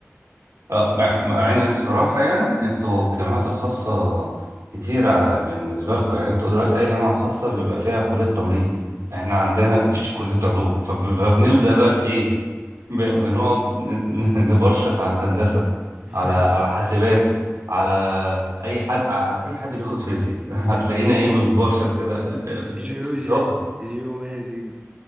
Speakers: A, on the right; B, on the right.
A: اه مع مع ان بصراحة يعني انتوا الجامعات الخاصة كتيرة بالنسبة لكم يعني انتوا دلوقتي اي جامعة خاصة بيبقى فيها كلية تمريض احنا عندنا مفيش كلية علوم فب- فبنلزق بقى في ايه ب-
B: آه
A: بنقعد ن- ن- نبرشط على هندسة
B: <laughs>
A: على على حاسبات على اي حد على اي حد بياخد فيزياء <laughs> هتلاقينا ايه بنبرشط كده
B: جيولوجيا
A: لا
B: جيومازي